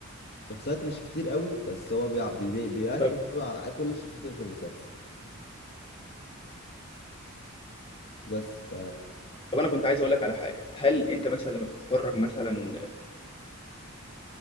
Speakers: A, on the left; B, on the left.
A: الشخصيات مش كتير قوي بس هو بيع... بي... بي- بيركز
B: طب
A: قوي على كل الشخصيات اللي في المسلسل بس ف
B: طب انا كنت عايز اقول لك على حاجه هل انت مثلا لما بتتفرج مثلا